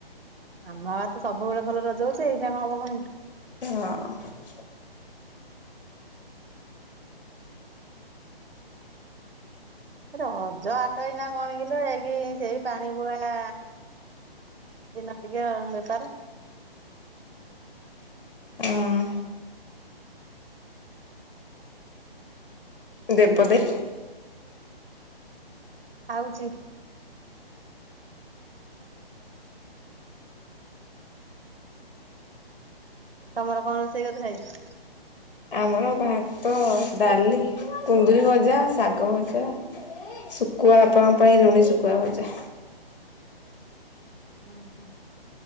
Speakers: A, on the right; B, on the left.
A: ଆମ ଗାଁ ରେ ତ ସବୁବେଳେ ଭଲ ରଜ ହଉଛି ଏଇଟା କଣ ହବ କଣ?
B: ହଁ
A: ରଜ ହାଟ ଏଇନା କଣ କିଲ ଏଇକି ସେଇ ପାଣି ବୁହେ ନା ଦିନ ଟିକେ ବେପାର।
B: ହଁ କିନ୍ତୁ ଏପଟେ
A: ହଉଛି ତମର କଣ ରୋଷେଇ କରିଥିଲ ଆଜି?
B: ଆମର ଭାତ ହଉ ଡାଲି କୁନ୍ଦୁରୁ ଭଜା ଶାଗ ଭଜା। ସୁକୁୁଆ ଆପଣଙ୍କ ପାଇଁ ଲୁଣ ସୁକୁୁଆ ଭଜା
A: ଓହ